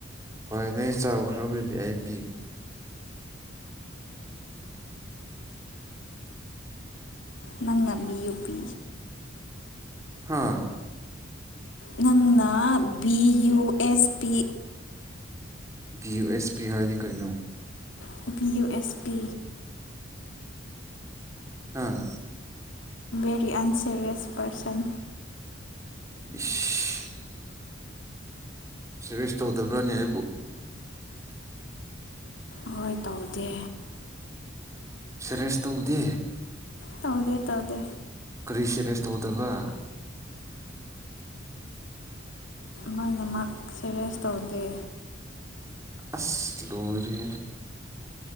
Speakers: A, on the right; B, on the left.
A: ꯍꯣꯏ ꯅꯪ ꯆꯥꯎꯕ ꯈꯔ ꯄꯤꯕ ꯑꯩ ꯄꯤ
B: ꯅꯪꯅꯕꯤ ꯌꯨ ꯄꯤ
A: ꯍꯥꯥ
B: ꯅꯪꯅ ꯚꯤ ꯌꯨ ꯑꯦꯁ ꯄꯤ
A: ꯚ ꯌꯨ ꯑꯦꯁ ꯄꯤ ꯍꯥꯏꯗꯤ ꯀꯔꯤꯩꯅꯣ
B: ꯄꯕꯤ ꯌꯨ ꯑꯦꯁ ꯄꯤ
A: ꯑꯥ
B: ꯦꯔꯤ ꯑꯟꯁꯦꯔꯤꯌꯥꯁ ꯄꯔꯁꯟ
A: <unintelligible> ꯁꯤꯦꯁ ꯇꯧꯗꯕ꯭ꯔꯅꯤ ꯑꯩꯕꯨ
B: ꯍꯣꯏ ꯇꯧꯗꯦ
A: ꯁꯦꯔꯦꯁ ꯇꯧꯗꯦ
B: ꯇꯗꯦ ꯇꯧꯗꯦ
A: ꯀꯔꯤ ꯁꯦꯔꯦꯁ ꯇꯧꯗꯕ
B: ꯂꯣꯏꯅꯃꯛ ꯁꯦꯔꯤꯁ ꯇꯧꯗꯦ
A: ꯑꯁ ꯂꯨꯨꯔꯦ